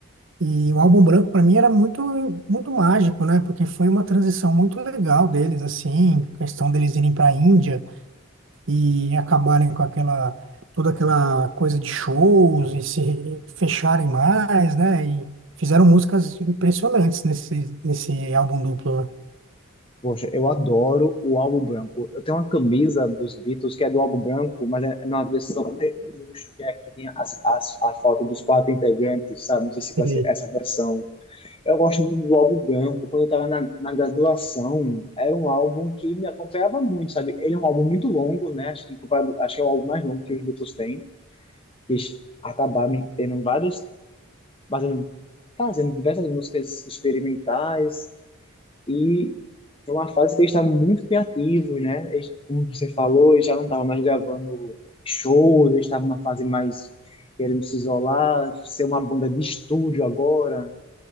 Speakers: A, on the right (about 65°); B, on the left (about 25°).
A: E o álbum branco para mim era muito muito mágico, né? Porque foi uma transição muito legal deles assim, questão deles irem para a Índia e acabarem com aquela toda aquela coisa de shows e se fecharem mais, né? E fizeram músicas impressionantes nesse nesse álbum duplo,
B: Poxa, eu adoro o álbum branco. Eu tenho uma camisa dos Beatles que é do álbum branco, mas é é na versão de luxo, que é que tem as, as, a foto dos quatro integrantes, sabe? Não sei se conhece
A: né? E-
B: essa versão. Eu gosto muito do álbum Branco. Quando eu estava na, na graduação, era um álbum que me acompanhava muito, sabe? Ele é um álbum muito longo, né? Acho que, comparado, acho que é o álbum mais longo que os Beatles têm. Que eles acabaram tendo vários, fazendo, fazendo diversas músicas experimentais. E foi uma fase que eles estavam muito criativos, né? Eles, como você falou, eles já não estavam mais gravando shows, eles estavam numa fase mais querendo se isolar, ser uma banda de estúdio agora,